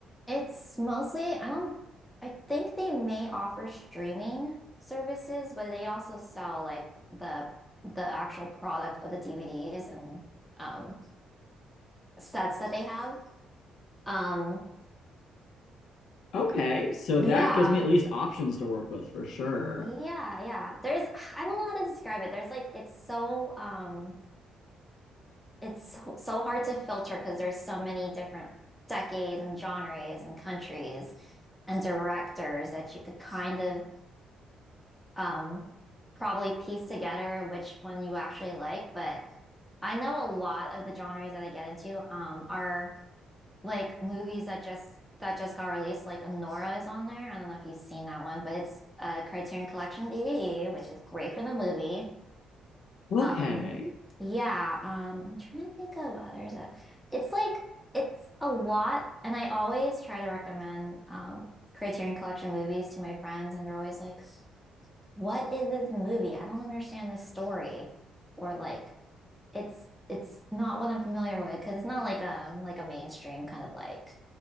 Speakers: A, in the centre; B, on the left.
A: It's mostly, I don't, I think they may offer streaming services, but they also sell like the the actual product of the DVDs and um sets that they have. Um,
B: Okay, so
A: but
B: that
A: yeah,
B: gives me at least options to work with for sure.
A: yeah, yeah. There's, I don't know how to describe it. There's like, it's so um it's so, so hard to filter because there's so many different decades and genres and countries and directors that you could kind of um, probably piece together which one you actually like. But I know a lot of the genres that I get into um, are like movies that just that just got released. Like Nora is on there. I don't know if you've seen that one, but it's a Criterion Collection DVD, which is great for the movie.
B: Okay.
A: Um, yeah, um, I'm trying to think of others that it's like it's a lot, and I always try to recommend um Criterion Collection movies to my friends, and they're always like, "What is this movie? I don't understand this story," or like, "It's it's not what I'm familiar with," because it's not like um like a mainstream kind of like